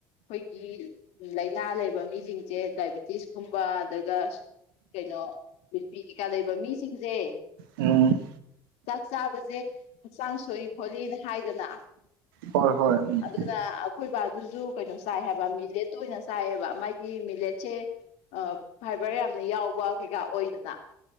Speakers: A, on the left; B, on the right.
A: ꯑꯩꯈꯣꯏꯒꯤ ꯂꯥꯏꯅꯥ ꯂꯩꯕ ꯃꯤꯁꯤꯡꯁꯦ ꯗꯥꯏꯕꯤꯇꯤꯁꯀꯨꯝꯕ ꯑꯗꯨꯒ ꯀꯩꯅꯣ ꯅꯨꯄꯤ ꯀꯩꯀꯥ ꯂꯩꯕ ꯃꯤꯁꯤꯡꯁꯦ
B: ꯎꯝ
A: ꯆꯥꯛ ꯆꯥꯕꯁꯦ ꯍꯛꯆꯥꯡ ꯁꯣꯛꯏ ꯈꯣꯠꯂꯤꯅ ꯍꯥꯏꯗꯅ
B: ꯍꯣꯏ ꯍꯣꯏ ꯎꯝ
A: ꯑꯗꯨꯅ ꯑꯩꯈꯣꯏ ꯕꯕꯥꯗꯨꯁꯨ ꯀꯩꯅꯣ ꯆꯥꯏ ꯍꯥꯏꯕ ꯃꯤꯂꯦꯠꯇ ꯑꯣꯏꯅ ꯆꯥꯏꯑꯕ ꯃꯥꯥꯏꯗꯤ ꯃꯤꯂꯦꯠꯁꯦ ꯐꯥꯏꯕꯔ ꯌꯥꯝꯅ ꯌꯥꯎꯕ ꯀꯩꯀꯥ ꯑꯣꯏꯗꯅ